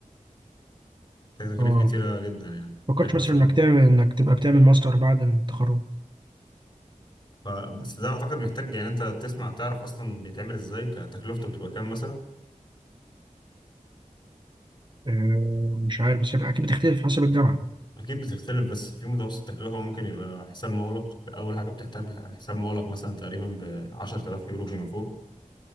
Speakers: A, on the left; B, on the right.
A: محتاج تكاليف
B: اه
A: كتيرة جدا يعني
B: فكرت
A: محتاج مثلا
B: مثلا إنك تعمل إنك تبقى بتعمل ماستر بعد التخرج
A: ف... بس ده اعتقد محتاج يعني انت تسمع تعرف اصلا بيتعمل ازاي كتكلفته بتبقى كام مثلا
B: آه، مش عارف بس أكيد بتختلف حسب الجامعة
A: أكيد بتختلف بس في متوسط تكلفة ممكن يبقى حساب مغلق أول حاجة بتحتاج حساب مغلق مثلا تقريبا بعشرة آلاف يورو فيما فوق